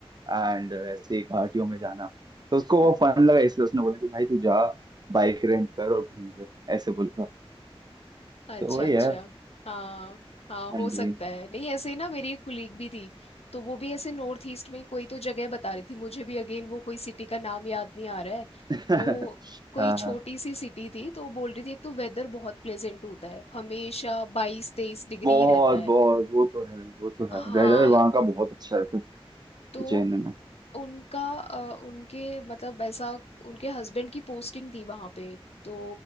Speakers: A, on the right; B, on the left.
A: एंड ऐसे घाटियों में जाना तो उसको वो
B: हैं
A: फन लगा इसलिए उसने बोला कि भाई तू जा बाइक रेंट कर और घूम ले ऐसे बोल रहा
B: अच्छा
A: तो वही
B: अच्छा
A: है
B: हाँ हाँ
A: हाँ
B: हो
A: जी
B: सकता है नहीं ऐसे ही ना मेरी एक कुलीग भी थी तो वो भी ऐसे नॉर्थ ईस्ट में कोई तो जगह बता रही थी मुझे भी अगेन वो कोई सिटी का नाम याद नहीं आ रहा है
A: <laughs>
B: तो कोई
A: हाँ
B: छोटी
A: हाँ
B: सी सिटी थी तो वो बोल रही थी एक तो वेदर बहुत प्लेजेंट होता है हमेशा बाईस तेईस डिग्री
A: बहुत
B: रहता है
A: बहुत वो तो है वो तो
B: हाँ
A: है वेदर वहाँ का बहुत अच्छा रहता है
B: तो
A: उज्जैन में
B: उनका अ, उनके मतलब ऐसा उनके हस्बैंड की पोस्टिंग थी वहां पे तो